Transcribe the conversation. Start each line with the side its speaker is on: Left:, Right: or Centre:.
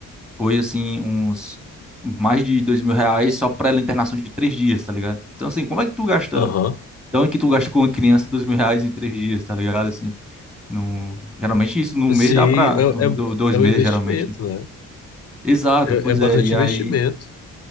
Centre: foi, assim, uns mais de dois mil reais só pra ela internação de três dias, tá ligado? Então, assim, como é que tu gasta
Left: aham.
Centre: Da onde que tu gasta com uma criança dois mil reais em três dias, tá ligado? Assim, no... Geralmente isso num
Left: Sim,
Centre: mês dá pra...
Left: é, é,
Centre: do- Dois
Left: é
Centre: meses,
Left: um investimento,
Centre: geralmente, né?
Left: né?
Centre: Exato,
Left: É,
Centre: pois
Left: é bastante
Centre: é. E aí...
Left: investimento.